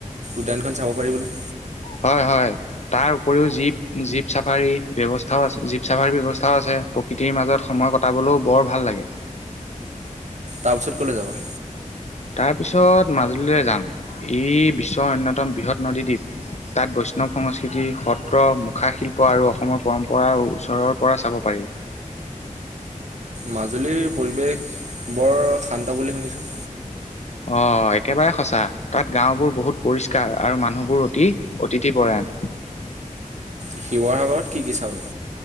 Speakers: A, on the right (about 60°); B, on the left (about 55°).
A: উদ্যানখন চাব পাৰি বোলে?
B: হয় হয় তাৰ উপৰিও জীপ জীপ চাফাৰী ব্যৱস্থাও আছে, জীপ চাফাৰীৰ ব্যৱস্থাও আছে। প্ৰকৃতিৰ মাজত সময় কটাবলোঁ বৰ ভাল লাগে।
A: তাৰপিছত ক'লে যাবা?
B: তাৰপিছত মাজুলীলে যাম, ই বিশ্বৰ অন্যতম বৃহৎ নদীদ্বীপ। তাত বৈষ্ণৱ সংস্কৃতি সত্ৰ, মুখা শিল্প আৰু অসমৰ পৰম্পৰা ওচৰৰ পৰা চাব পাৰি।
A: মাজুলীৰ পৰিৱেশ, বৰ শান্ত বুলি শুনিছোঁ
B: অ' একেবাৰে সঁচা, তাত গাঁওবোৰ বহুত পৰিষ্কাৰ আৰু মানুহ বোৰ অতি অতিথি পৰায়ণ।
A: শিৱসাগৰত কি কি চাব?